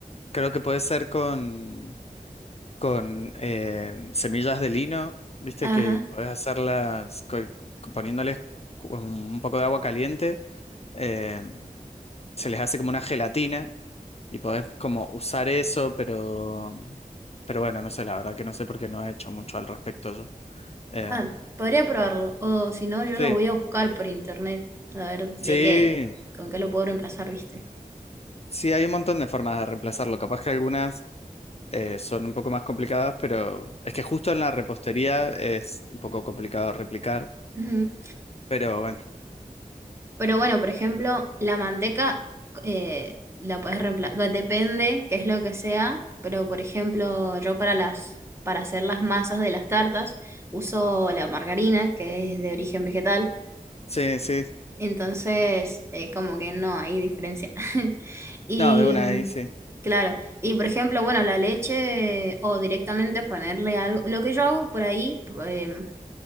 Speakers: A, on the left (about 45°); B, on the right (about 20°).
A: creo que puede ser con con eh, semillas de lino, viste
B: Ajá.
A: que podés hacerlas co- co- poniéndoles como un poco de agua caliente, eh, se les hace como una gelatina y podés como usar eso, pero, pero bueno, no sé, la verdad que no sé porque no he hecho mucho al respecto yo. Em,
B: Ah, podría probarlo. O si no, yo
A: sí,
B: lo voy a buscar por internet. A ver de
A: sí,
B: qué, con qué lo puedo reemplazar, ¿viste?
A: sí, hay un montón de formas de reemplazarlo, capaz que algunas... eh, son un poco más complicadas, pero es que justo en la repostería es un poco complicado replicar,
B: Ujú.
A: pero bueno.
B: Pero bueno, por ejemplo, la manteca eh, la puedes reemplazar, depende qué es lo que sea, pero por ejemplo, yo para las para hacer las masas de las tartas uso la margarina, que es de origen vegetal,
A: Sí, sí,
B: entonces eh, como que no hay diferencia. <laughs> Y
A: No, de una
B: mm,
A: ahí sí.
B: claro, y por ejemplo, bueno, la leche eh, o directamente ponerle algo, lo que yo hago por ahí, p- em,